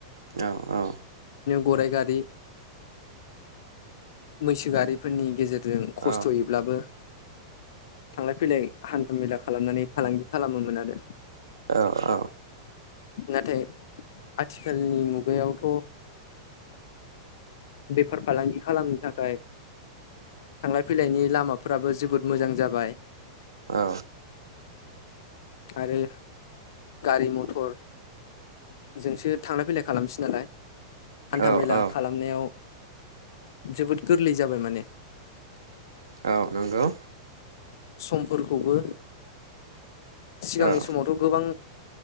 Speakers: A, on the right; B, on the left.
A: औ औ।
B: गराय गारि। मैसो गारिफोरनि गेजे जों खस्थ'यैब्लाबो
A: औ
B: थांलाय फैलाय हान्था मेला खालामनानै फालांगि खालामोमोन आरो।
A: औ औ।
B: नाथाय आथिखालनि मुगायावथ' बेफार फालांगि खालामनो थाखाय। थांलाय फैलायनि लामा। लामाफ्राबो जोबोद मोजां जाबाय।
A: औ।
B: आरो गारि मथरजोंसो थांलाय फैलाय खालामसै नालाय। हान्था
A: औ
B: मेला
A: औ
B: खालामनायाव जोबोद गोरलै जाबाय माने।
A: औ नंगौ।
B: समफोरखौबो। सिगांनि
A: औ
B: समावथ' गोबां